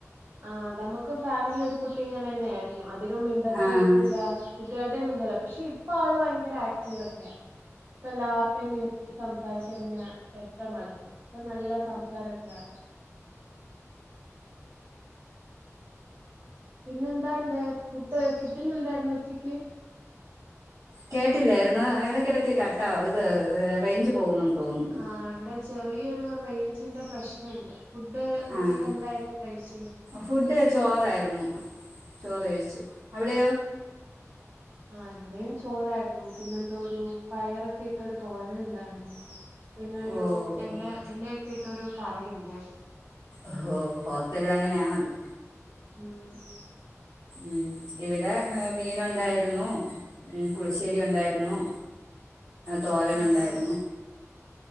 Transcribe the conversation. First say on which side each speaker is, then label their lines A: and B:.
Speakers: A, on the right (about 40°); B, on the right (about 80°).
A: ആഹ് നമ്മക്കും ഫാമിലിലൊ ഒരു കുട്ടി ഇങ്ങനെന്നെ ആയിരുന്നു അധികം മിണ്ടത്തൊന്നുല്ല
B: ആഹ്
A: കുട്ട്യാൾടെയും മിണ്ടൂല പക്ഷെ ഇപ്പാള് ഭയങ്കര ആക്ടീവ് ഒക്കെയ ഇപ്പല്ലാര്ടെയും മിണ്ടിസംസാരിച്ചന്നെ ഒക്കെ നടക്കും ഇപ്പൊ നല്ല സംസാരൊക്കെയാണ് പിന്നെന്താണ്ട് ഫുഡ് ഫുഡിന ന്തായിരുന്നു ഉച്ചക്ക്
B: കേട്ടില്ലായിരുന്നു ഇടക്കിടയ്ക്ക് കട്ടാ ഇത് റേഞ്ച് പോകുന്നുന്ന് തോന്നുന്നു
A: ആഹ് ഇവിടെ ചെറിയൊരു റേഞ്ചിന്റെ പ്രശ്നമുണ്ട് ഫുഡ് ഉച്ചക്ക്
B: ആഹ്
A: എന്തായിരുന്നു കഴിച്ചെ
B: ഫുഡ് ചോറായിരുന്നു ചോറ് കഴിച്ചു അവിടെയോ
A: ആഹ് ഇവിടെയും ചോറാ യിരുന്നു പിന്നെന്തോരു പയറൊക്കെ ഇട്ടൊരു തോരൻ ഉണ്ടായിരുന്നു പിന്നെരു
B: ഓഹ്
A: എല എലയൊക്കെ ഇട്ടൊരു കറിയുണ്ടായിരുന്നു
B: ഓഹൊ ഹോസ്റ്റലിൽ അങ്ങനെയാണല്ലോ
A: ഉംഹ്
B: ഉംഹ് ഇവിടെ മീനുണ്ടായിരുന്നു ഉംഹ് പുളിശ്ശേരി ഉണ്ടായിരുന്നു തോരൻ
A: ആഹ്
B: ഉണ്ടായിരുന്നു
A: ആഹ്